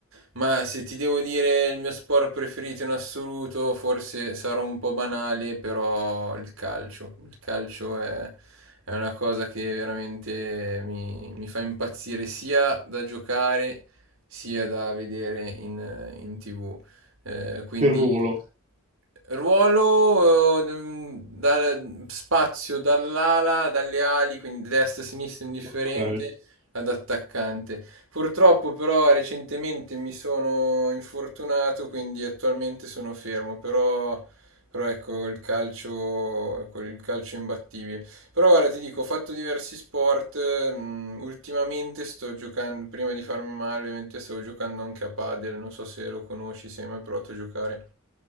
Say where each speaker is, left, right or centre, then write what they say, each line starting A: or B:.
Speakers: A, on the right; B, on the right.
A: Ma se ti devo dire il mio sport preferito in assoluto, forse sarò un po' banale, però il calcio. Il calcio è, è una cosa che veramente mi, mi fa impazzire sia da giocare sia da vedere in, in TV. Eh, quindi
B: Per ruolo.
A: Ruolo eh, mm, dal spazio dall'ala, dalle ali, quindi destra, sinistra, indifferente
B: Ok.
A: ad attaccante. Purtroppo però recentemente mi sono infortunato, quindi attualmente sono fermo, però, però ecco il calcio, con il calcio è imbattibile. Però ora ti dico, ho fatto diversi sport, mm, ultimamente sto giocando, prima di farmi male ovviamente stavo giocando anche a padel, non so se lo conosci, se hai mai provato a giocare.